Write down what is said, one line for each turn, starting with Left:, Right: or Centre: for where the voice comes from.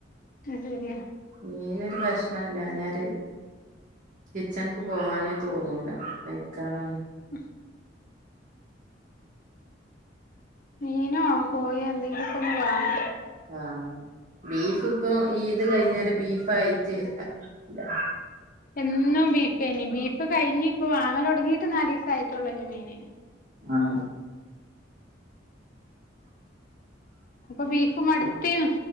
Left: അഹ് ശര്യാ
Right: മീനൊരു കഷ്ണം ഇല്ലാഞ്ഞാല് കിച്ചനിക്ക് പോവാനേ തോന്നൂല. കയ്ക്കാനോന്നും
Left: ഉ മീനോ കോയോ എന്തെങ്കിലൊക്കൊന്ന് വേണം.
Right: ആഹ് ബീഫ് ഇപ്പോ ഈദ് കഴിഞ്ഞേര ബീഫായിട്ട് ആഹ് ഇല്ല
Left: എന്നും ബീഫ് തന്നെ. ബീഫ് കഴിഞ്ഞ് ഇപ്പ വാങ്ങലൊടങ്ങിട്ട് നാലീസായിട്ടോള്ളൂ ഞാൻ മീന്
Right: ആഹായി
Left: ഇപ്പ ബീഫ് മടുത്തീണു.